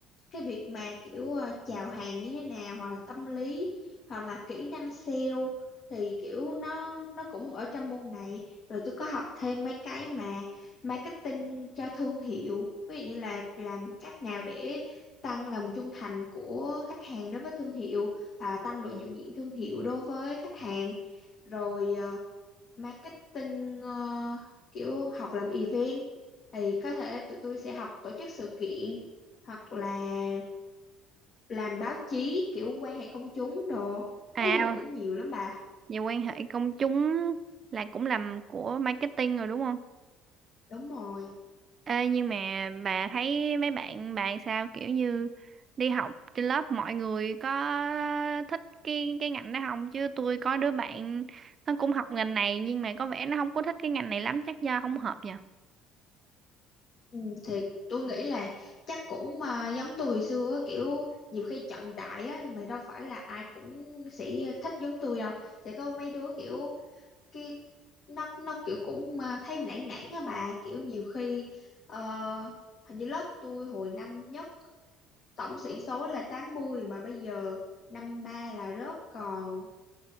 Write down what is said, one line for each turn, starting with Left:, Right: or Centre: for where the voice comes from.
Left: cái việc mà kiểu ờ, chào hàng như thế nào hoặc là tâm lý hoặc là kỹ năng sale thì kiểu nó nó cũng ở trong môn này rồi tôi có học thêm mấy cái mà marketing cho thương hiệu ví dụ như là làm cách nào để tăng lòng trung thành của khách hàng đối với thương hiệu à, tăng độ nhận diện thương hiệu đối với khách hàng rồi ờ, marketing ờ, kiểu học làm event thì có thể tụi tôi sẽ học tổ chức sự kiện hoặc là làm báo chí kiểu quan hệ công chúng đồ
Right: à
Left: nói chung là cũng nhiều lắm bà
Right: về quan hệ công chúng là cũng làm của marketing rồi đúng không?
Left: đúng rồi
Right: Ê, nhưng mà bà thấy mấy bạn bạn sao kiểu như đi học trên lớp mọi người có thích cái cái ngành đó không? Chứ tôi có đứa bạn nó cũng học ngành này nhưng mà có vẻ nó không có thích cái ngành này lắm chắc do không hợp nhỉ?
Left: ừ, thì tôi nghĩ là chắc cũng mà giống tôi hồi xưa á, kiểu nhiều khi chọn đại á nhưng mà đâu phải là ai cũng sẽ thích giống tôi đâu sẽ có mấy đứa kiểu cái nó nó kiểu cũng mà thấy nản nản á bà kiểu nhiều khi ờ, hình như lớp tôi hồi năm nhất tổng sĩ số là tám mươi mà bây giờ năm ba là rớt còn